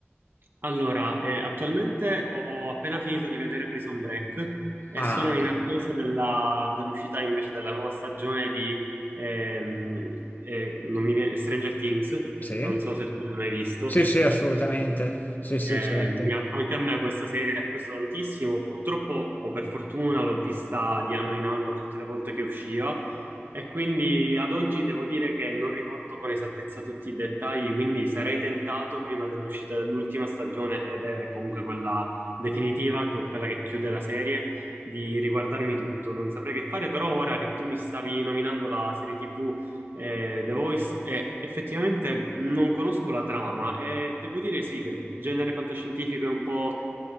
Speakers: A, on the right; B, on the left.
A: Allora, eh, attualmente ho appena finito di vedere Prison Break e
B: Ah,
A: sono in attesa della- dell'uscita invece della nuova stagione di ehm, eh, non mi viene- Stranger Things.
B: sì.
A: Non so se tu l'hai mai visto.
B: Sì, sì, assolutamente. Sì, sì,
A: Eh,
B: certo.
A: mi ha- anche a me questa serie ha preso tantissimo, purtroppo o per fortuna l'ho vista di anno in anno tutte le volte che usciva e quindi ad oggi devo dire che non ricordo con esattezza tutti i dettagli, quindi sarei tentato prima dell'uscita dell'ultima stagione, ed è comunque quella definitiva, che- quella che chiude la serie, di riguardarmi tutto. Non saprei che fare, però ora che tu mi stavi nominando la serie TV eh, The Voice, eh, effettivamente non conosco la trama e devo dire sì che il genere fantascientifico è un po'